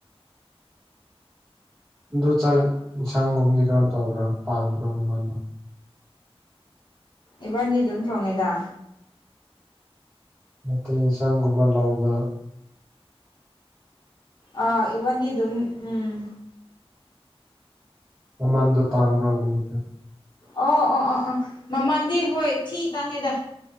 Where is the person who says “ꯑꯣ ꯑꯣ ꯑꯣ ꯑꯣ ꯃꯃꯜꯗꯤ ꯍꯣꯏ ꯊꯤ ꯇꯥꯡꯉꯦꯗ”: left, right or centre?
Left